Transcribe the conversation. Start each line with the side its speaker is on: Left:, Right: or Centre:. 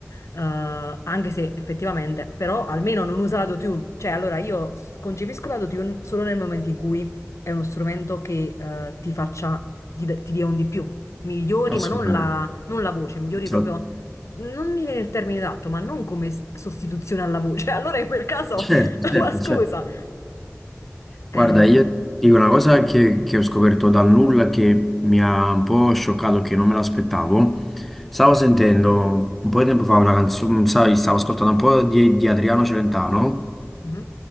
Left: eh, anche se effettivamente, però almeno non usa l'autotune, cioè allora io s- concepisco l'autotune solo nel momento in cui è uno strumento che eh, ti faccia, ti, d- ti dia un di più, migliori,
Centre: Assolutamente.
Left: ma non la, non la voce, migliori
Centre: Assolut-
Left: proprio non mi viene il termine adatto, ma non come s- sostituzione alla voce. <laughs> Allora in quel caso,
Centre: Certo,
Left: <laughs>
Centre: certo,
Left: ma scusa.
Centre: certo. Guarda,
Left: Eh,
Centre: io ti dico una cosa che, che ho scoperto dal nulla che mi ha un po' scioccato, che non me l'aspettavo. Stavo sentendo un po' di tempo fa una canzone, sai, stavo ascoltando un po' di, di Adriano Celentano.
Left: mhm.